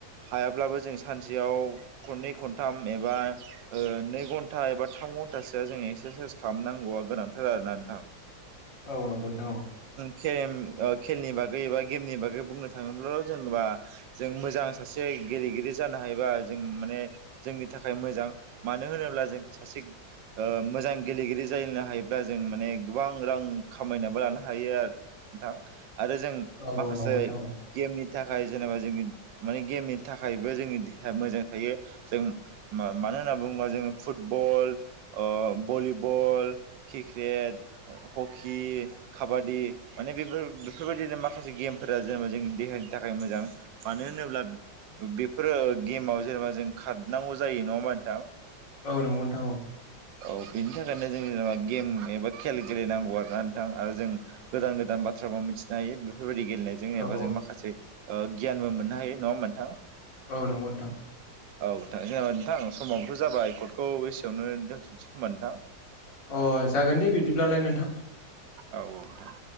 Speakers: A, on the right (about 75°); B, on the left (about 75°).
A: हायाब्लाबो जों सानसेयाव खननै खनथाम एबा ओ नै घन्टा एबा थाम घ न्टासोआ जों एक्सारसाइस खालामनांगौआ गोनांथार आरो ना नोंथां
B: औ नंगौ नोंथां औ
A: खे एम ओ खेलनि बागै एबा गेमनि बागै बुंनो थाङोब्लाल' जेनेबा जों मोजां सासे गेलेगिरि जानो हायो बा जों माने जोंनि थाखाय मोजां मानो होनोब्ला जों सासे ओ मोजां गेलेगिरि जालायनो हायोब्ला जों माने गोबां रां खामायनाब लानो हायो आरो नोंथां आरो जों
B: औ
A: माखासे
B: औ नंगौ नोंथां
A: गेमनि थाखाय जेनेबा जोंनि माने गेमनि थाखायबो जोंनि देहाया मोजां थायो जों मा मानो होनना बुङोबा जोङो football volleyball cricket hockey kabaddi माने बेफोर बेफोरबायदिनो माखासे गेमफोरा जेनेबा जोंनि देहानि थाखाय मोजां मानो होनोब्ला बेफोरो गेमाव जेनेबा जों खारनांगौ जायो नङा होमबा नोंथां
B: औ नंगौ नथां औ
A: औ बेनि थाखायनो जों जेनेबा गेम एबा खेल गेलेनांगौ आर ना नोंथां आरो जों गोदान गोदान बाथ्राबो मिथिनो हायो बेफोरबायाददि गेलेनायजों
B: औ
A: एबा जों माखासे गियानबो मोननो हायो नङा होनबा मोनथां
B: औ नंगौ नोंथां
A: औथां जेनेबा नोंथां समाबोथ' जाबाय कर्टखौ बेसेयावनो दोनथ'सै खोमबा नोंथां
B: अ जागोन दे बिदिब्लालाय नोंथां
A: औ औथां